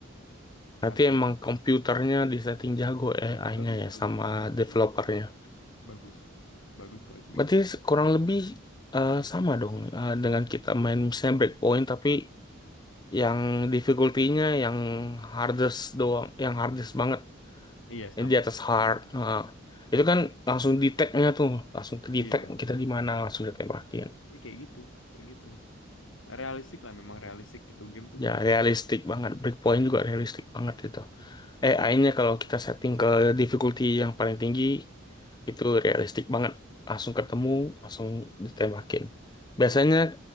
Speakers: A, on the left; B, on the left.
A: berarti
B: Saking
A: emang komputernya disetting jago ya AI-nya
B: bagus
A: ya
B: bagus
A: sama
B: bagus bagus
A: developernya.
B: bagus bagus kalau itu
A: Berarti
B: game.
A: se- kurang lebih eh, sama dong eh, dengan kita main misalnya breakpoint tapi yang difficulty-nya yang hardest doang, yang hardest banget
B: Hmm. Iya
A: yang
B: sama.
A: di atas hard. Nah, itu kan langsung detect-nya tuh, langsung ke
B: Iya.
A: detect kita di mana langsung ditembakin.
B: Ini kayak gitu, kayak gitu. Realistik lah memang realistik itu game tuh
A: Ya
B: bagus
A: realistik
B: sih,
A: banget, breakpoint
B: kan.
A: juga realistik banget itu. AI-nya kalau kita setting ke difficulty yang paling tinggi itu realistik banget, langsung ketemu, langsung ditembakin.
B: Iya.
A: Biasanya